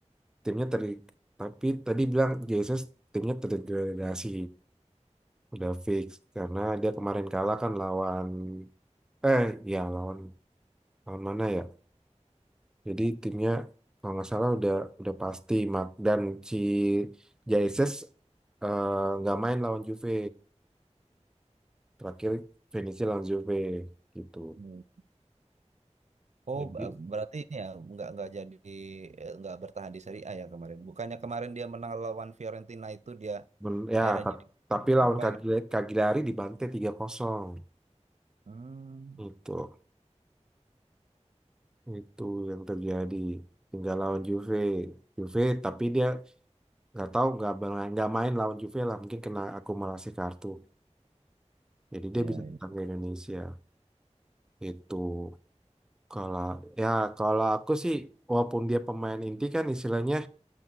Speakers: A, in the centre; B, on the right.
A: timnya ter tapi tadi bilang JZ timnya terdegradasi udah fix karena dia kemarin kalah kan lawan eh ya lawan lawan mana ya? Jadi timnya kalau nggak salah udah udah pasti mak dan si JZ eh, nggak main lawan Juve terakhir finishnya lawan Juve gitu.
B: Hmm. Oh,
A: Jadi
B: ba- berarti ini ya nggak nggak jadi eh, nggak bertahan di Serie A ya kemarin. Bukannya kemarin dia menang lawan Fiorentina itu dia
A: men- ya
B: akhirnya
A: ta-
B: jadi
A: tapi
B: berapa
A: lawan Cagliari
B: gitu?
A: Cagliari dibantai tiga kosong
B: Hmm,
A: itu. Itu yang terjadi. Tinggal lawan Juve. Juve tapi dia nggak tahu nggak bal- nggak main lawan Juve lah mungkin kena akumulasi kartu. Jadi
B: ya,
A: dia bisa datang ke Indonesia. Itu kalau ya kalau aku sih walaupun dia pemain inti kan istilahnya